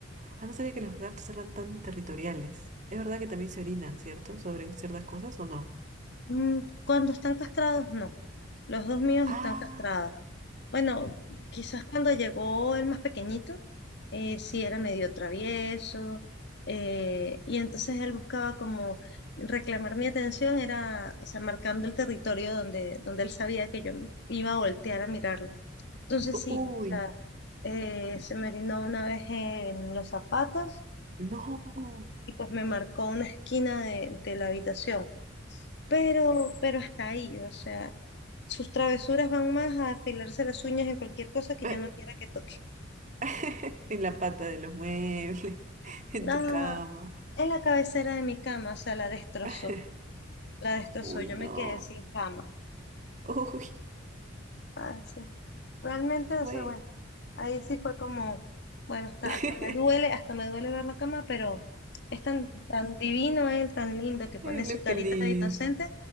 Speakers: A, on the right; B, on the left.
A: Ah, no sabía que los gatos eran tan territoriales. Es verdad que también se orinan, ¿cierto? Sobre ciertas cosas o no.
B: Mm, cuando están castrados, no. Los dos míos
A: Ah,
B: están castrados. Bueno, quizás cuando llegó el más pequeñito, eh, sí era medio travieso, eh, y entonces él buscaba como reclamar mi atención, era, o sea, marcando el territorio donde, donde él sabía que yo iba a voltear a mirarlo. Entonces sí,
A: uy,
B: o sea, eh, se me orinó una vez en los zapatos
A: no.
B: y pues me marcó una esquina de, de la habitación, pero, pero hasta ahí, o sea, sus travesuras van más a afilarse las uñas en cualquier cosa que
A: Eh,
B: yo no quiera que toque.
A: <laughs> En la pata de los muebles, <laughs> en
B: Ah,
A: tu cama.
B: en la cabecera de mi cama, o sea, la destrozó,
A: <laughs>
B: la destrozó,
A: Uy,
B: yo
A: no.
B: me quedé sin cama.
A: Uy,
B: Ah, sí. Realmente, o
A: güey.
B: sea, bueno, ahí sí fue como, bueno, hasta,
A: <laughs>
B: hasta me duele, hasta me duele ver la cama, pero es tan, tan divino él, tan lindo, que pone
A: Él
B: su
A: es
B: carita
A: feliz.
B: de inocente,